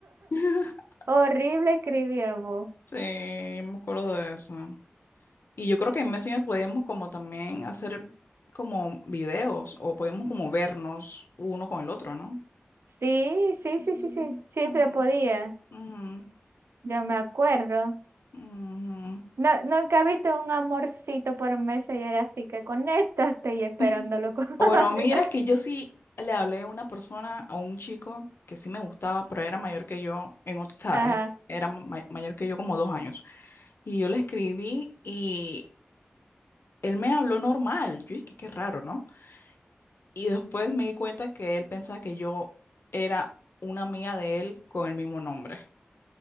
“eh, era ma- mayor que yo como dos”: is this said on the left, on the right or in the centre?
Left